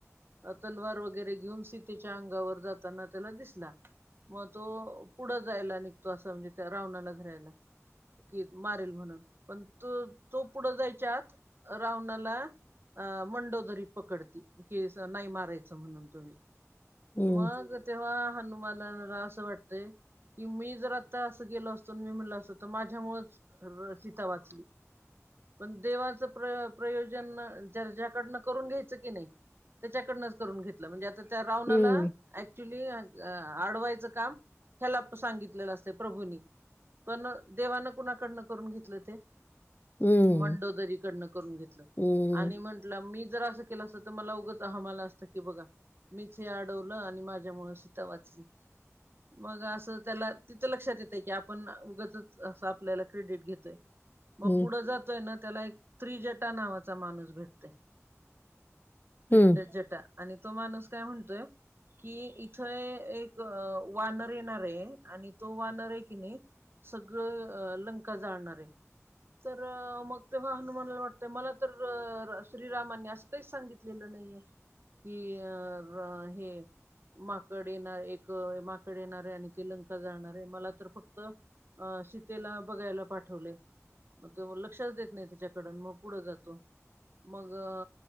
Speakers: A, on the right (about 45°); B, on the left (about 35°).
A: तलवार वगैरे घेऊन सीतेच्या अंगावर जाताना. त्याला दिसला मग तो पुढं जायला निघतो असं म्हणजे त्या रावणाला धरायला. कि मारेल म्हणून पण त तो पुढं जायच्या आत रावणाला. अ मंडोदरी पकडती कि नाही मारायच म्हणून तुम्ही.
B: हं,
A: मग तेव्हा हनुमालाला असं वाटतेय. कि मी जर आता असं गेलो असतो मी म्हटल असतो तर माझ्यामुळेच सीता वाचली. पण देवाचं प्र प्रयोजन ज्याच्याकडन करून घ्यायचं की नाही. त्याच्याकडनच करून घेतलं म्हणजे आता त्या रावणाला.
B: हं, हं,
A: क्च्युली आडवायचं काम ह्याला सांगितलेलं असत प्रभूनी. पण देवानं कुणाकडनं करून घेतलं ते.
B: हं,
A: मंडोदरीकडन करून घेतलं
B: हं,
A: आणि म्हंटला मी जर असं. उगच हा मला म्हणालता की मीच अडवल आणि म त्यामुळे सीता वाचली. मग असं त्याला तिथं लक्षात येते की आपण उगच अस आपल्याला क्रेडिट घेतोय. <inaudible> मग
B: हं,
A: पुढं जातोय ना त्याला एक त्रिजटावाला नावाचा माणूस भेटतोय. त्रीड
B: हं,
A: जटा आणि तो माणूस काय म्हणतोय. कि इथ एक वानर येणार ये आणि तो वानर ये की नई. सगळं अ लंका जाळणार आहे. तर मग तेव्हा हनुमानला वाटतंय मला तर श्रीरामांनी असं. काही सांगितलेलं नईये की अ हे माकड येणार एक माकड येणार ये आणि ती लंका जळणार ये मला तर फक्त. अ शीतेला बघायला पाठवले. मग तो लक्षच देत नाही तीच्याकड मग पुढं जातो. मग अ